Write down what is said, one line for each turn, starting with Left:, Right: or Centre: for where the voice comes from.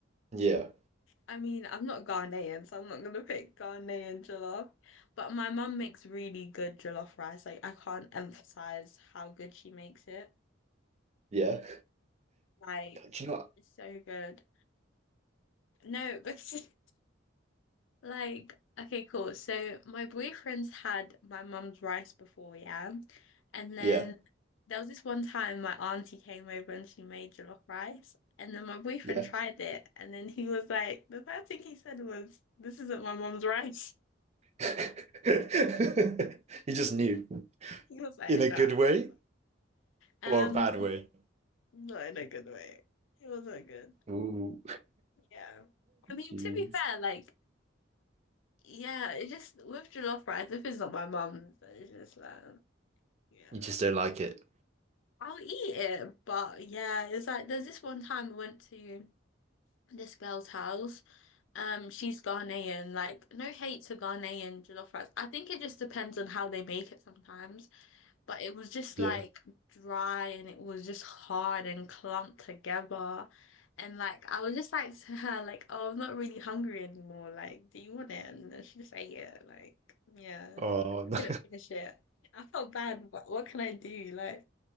Right: Yeah,
Left: I mean, I'm not Ghanaian, so I'm not gonna pick Ghanaian jollof. But my mum makes really good jollof rice. Like I can't emphasize how good she makes it.
Right: yeah.
Left: Like
Right: Do you know what?
Left: it's so good. No, <laughs> because like okay, cool. So my boyfriend's had my mum's rice before, yeah. And then
Right: Yeah,
Left: there was this one time my auntie came over and she made jollof rice. And then my boyfriend
Right: yeah.
Left: tried it, and then he was like, the first thing he said was, "This isn't my mum's rice."
Right: <laughs> You just knew.
Left: He was like,
Right: In a
Left: no,
Right: good way
Left: this is um,
Right: or a bad way?
Left: not in a good way. It wasn't good.
Right: Ooh,
Left: Yeah. I mean,
Right: jeez.
Left: to be fair, like, yeah, it just with jollof rice, if it's not my mum's, it's just like, yeah,
Right: You just don't like it.
Left: I'll eat it. But yeah, it's like there's this one time I went to this girl's house. Um, she's Ghanaian. Like, no hate to Ghanaian jollof rice. I think it just depends on how they make it sometimes. but it was just
Right: Yeah.
Left: like dry and it was just hard and clumped together. And like I was just like <laughs> to her, like, oh, I'm not really hungry anymore. Like, do you want it? And then she just ate it. Like, yeah,
Right: Oh,
Left: I just
Right: no.
Left: couldn't finish it. I felt bad, but what can I do? Like,